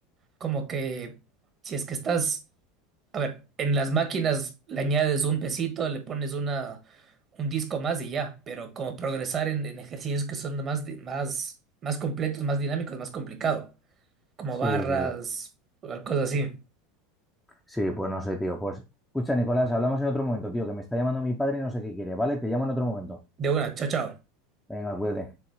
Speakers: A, on the right (about 25°); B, in the centre.
A: Como que si es que estás A ver, en las máquinas le añades un pesito, le pones una, un disco más y ya, pero como progresar en, en ejercicios que son más, di- más, más completos, más dinámicos, es más complicado, como
B: Sí,
A: barras,
B: sí.
A: o cosas así.
B: Sí, pues no sé, tío. Pues escucha, Nicolás, hablamos en otro momento, tío, que me está llamando mi padre y no sé qué quiere, ¿vale? Te llamo en otro momento.
A: De una, chao, chao.
B: Venga, cuídate.